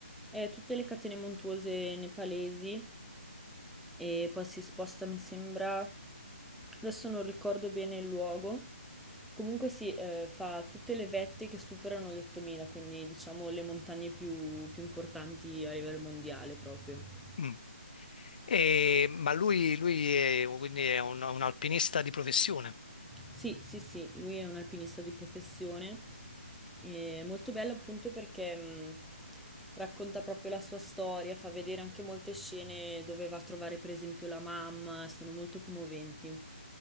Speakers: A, in the centre; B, on the left.
A: Eh, tutte le catene montuose nepalesi e poi si sposta, mi sembra, adesso non ricordo bene il luogo. Comunque si fa tutte le vette che superano gli 8000, quindi diciamo le montagne più, più importanti a livello mondiale proprio.
B: Mm. E- ma lui, lui è, quindi è un, un alpinista di professione,
A: Sì, sì, sì, lui è un alpinista di professione. È molto bello appunto perché mh, racconta proprio la sua storia, fa vedere anche molte scene dove va a trovare per esempio la mamma, sono molto commoventi.